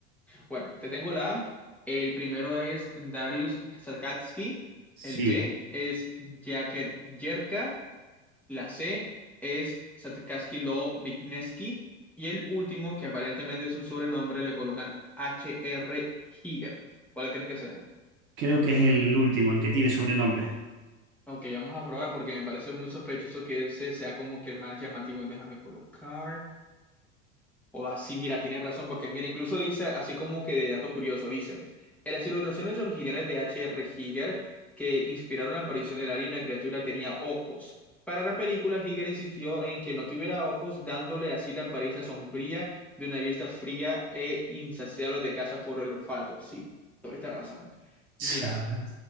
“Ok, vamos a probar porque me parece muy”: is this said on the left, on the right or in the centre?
Centre